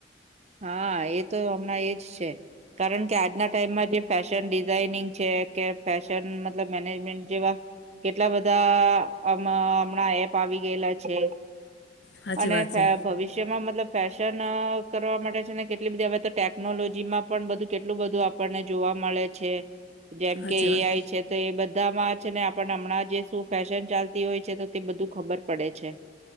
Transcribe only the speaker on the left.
સાચી
વાત
છે
સાચી
વાત